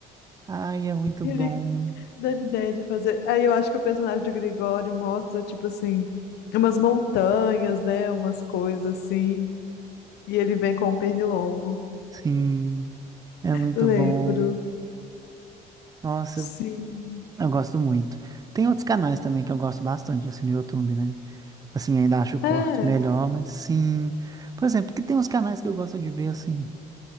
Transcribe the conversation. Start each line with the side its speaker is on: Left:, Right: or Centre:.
Right: ai, é muito
Left: <laughs> Ele
Right: bom,
Left: dando ideia de fazer. Aí eu acho que o personagem do Gregório mostra, tipo assim, umas montanhas, né? Umas coisas assim. E ele vem com o Pernilongo.
Right: sim, é muito
Left: Lembro.
Right: bom. Nossa,
Left: Sim.
Right: Eu gosto muito. Tem outros canais também que eu gosto bastante, assim, no YouTube, né? Assim, ainda acho o Porto
Left: É.
Right: melhor, mas sim. Por exemplo, que tem uns canais que eu gosto de ver, assim.